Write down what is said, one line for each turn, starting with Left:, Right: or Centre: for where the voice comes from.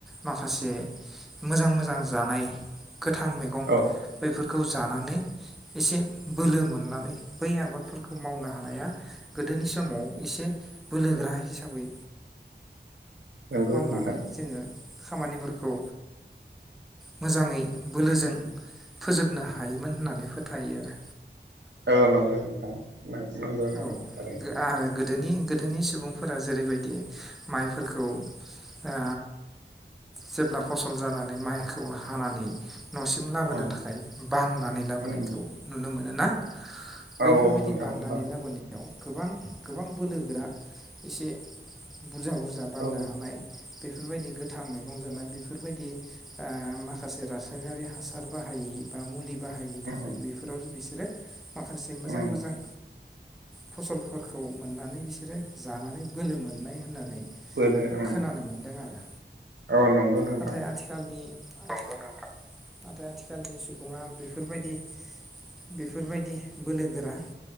Centre: माखासे मोजां मोजां जानाय गोथां मै बैफोरखौ
Right: औ
Centre: जानानै एसे बोलो मोननानै बै आबाद फोरखौ मावनो हानाया गोदोनि सम समाव एसे बोलोगोरा हिसाबै
Right: नंगौ
Centre: मावनानै
Right: नोंथां
Centre: जोङो खामानिफोरखौ मोजाङै बोलोजों फोजोबनो हायोमोन होननानै फोथायो आरो
Right: औ नंगौ नोंथां नंगौ नंगौ
Centre: औ
Right: थारैनो
Centre: आरो गोदोनि गोदोनि सुबुंफोरा जेरैबायदि माइफोरखौ ओ जेब्ला फसल जानानै माइखौ हानानै न' सिम लाबोनो
Right: ओम
Centre: थाखाय बाननानै लाबोनायखौ
Right: ओम
Centre: नुनो मोनोना बैफोरबायदि
Right: औ औ नोंथां
Centre: बाननानै
Right: होमबा
Centre: लाबोनाय। गोबां गोबां बोलोगोरा एसे। बुरजा बुरजा बाननो
Right: औ ओम
Centre: हानाय बेफोरबायदि गोथां मैगं जानाय बेफोरबायदि ओ माखासे रासायनारि हा हासार बाहायि बा मुलि बाहायनो थाखाय
Right: ओम
Centre: बैफोराव बिसोरो माखासे मोजां
Right: ओम
Centre: मोजां फसलफोरखौ मोननानै बिसोरो जानानै बोलो मोननाय होननानै
Right: बोलो ओम
Centre: खोनानो मोनदों आरो
Right: औ नंगौ नोंथां
Centre: नाथाय आथिखालनि नंगौ नोंथां। नाथाय आथिखालनि सुबुङा बेफोरबायदि बेफोरबायदि बोलो गोरा